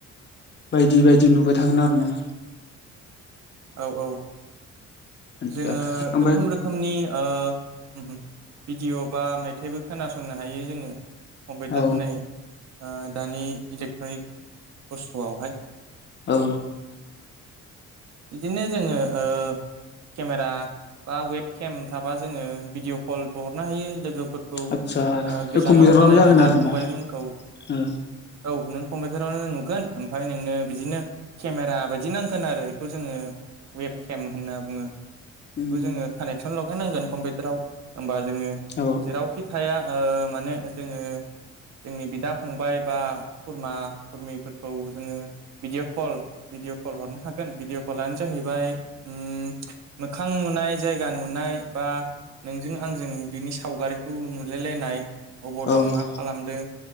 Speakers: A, on the left (about 35°); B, on the right (about 60°).
A: बायदि बायदि नुबाय थागोन आरो ना।
B: औ औ।
A: आदसा
B: जोङो
A: ओमफ्राय
B: रोखोम रोखोमनि ओ भिडिअ' बा मेथाइबो खोनासंनो हायो जोङो कम्पिउटार
A: औ
B: होनाय ओ दानि इलेक्ट्रनिक बुस्थुआवहाय
A: औ।
B: बिदिनो जोङो ओ केमेरा बा वेब केम थाबा जोङो भिडिअ कलबो हरनो हायो लोगो फोरखौ
A: आदसा
B: ओ गोजानाव
A: बे कम्पिउटारावनो
B: थानाय
A: जागोन
B: बिदा
A: आरो
B: फंबायमोनखौ
A: ना ओ
B: औ नों कम्पिउटारावनो नुगोन ओमफ्राय नोंनो बिदिनो केमेरा बायदि नांगोन आरो बेखौ जोङो वेब
A: औ
B: केम होनना बुङो। बेखौ
A: उम
B: जोङो कानेक्सन लगायनांगोन कम्पिउटाराव होमबा जोङो
A: औ
B: जेरावखि थाया ओ माने जोङो जोंनि बिदा फंबाय बा खुरमा खुरमिफोरखौ जोङो भिदिअ' कल भिडिअ कल हरनो हागोन भिदिअ कलानो जाहैबाय उम मोखां नुनाय जायगा नुनाय बा नोंजों आंजों बिनि सावगारिखौ नुलायलायनाय अबाव दं
A: औ
B: मा खालामदों